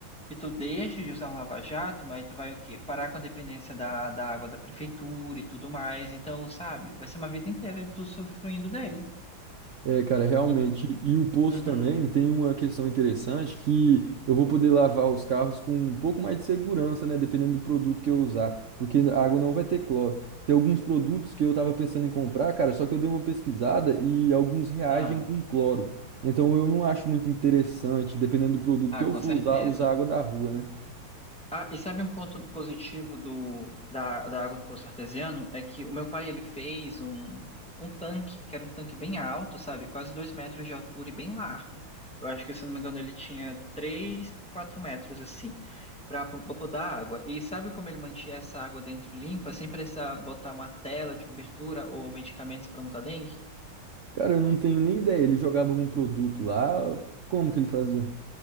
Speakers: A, in the centre; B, on the right (about 65°).
A: que tu deixe de usar um lava-jato, mas tu vai o quê? Parar com a dependência da, da água da prefeitura e tudo mais. Então, sabe? Vai ser uma vida inteira de tu usufruindo dele.
B: É, cara, realmente.
A: E-
B: E o posto
A: Uhum.
B: também tem uma questão interessante que eu vou poder lavar os carros com um pouco mais de segurança, né? Dependendo do produto que eu usar, porque a água não vai ter cloro. Tem alguns produtos que eu tava pensando em comprar, cara, só que eu dei uma pesquisada e alguns reagem
A: Ah,
B: com cloro. Então eu não acho muito interessante, dependendo do produto
A: ah,
B: que eu
A: com
B: for
A: certeza.
B: usar, usar água da rua, né?
A: Ah, e sabe um ponto positivo do, da, da água do poço artesiano? É que o meu pai, ele fez um, um tanque, que era um tanque bem alto, sabe? Quase dois metros de altura e bem largo. Eu acho que, se não me engano, ele tinha três por quatro metros, assim, para botar água. E sabe como ele mantinha essa água dentro limpa, sem precisar botar uma tela de cobertura ou medicamentos para não dar dengue?
B: Cara, eu não tenho nem ideia. Ele jogava algum produto lá, como que ele fazia?